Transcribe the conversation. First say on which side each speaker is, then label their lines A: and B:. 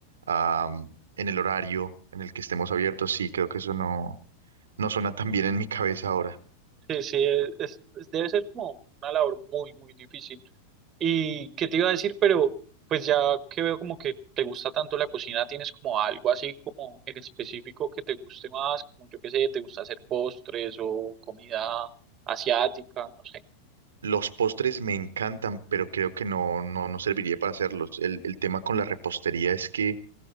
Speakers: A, on the right (about 65°); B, on the right (about 30°).
A: am, en el horario en el que estemos abiertos, sí, creo que eso no, no suena tan bien en mi cabeza ahora.
B: Sí, sí, es, es- debe ser como una labor muy, muy difícil. ¿Y qué te iba a decir? Pero pues ya que veo como que te gusta tanto la cocina, ¿tienes como algo así como en específico que te guste más? Como yo qué sé, ¿te gusta hacer postres o comida asiática? No sé.
A: Los postres me encantan, pero creo que no, no, no serviría para hacerlos. El, el tema con la repostería es que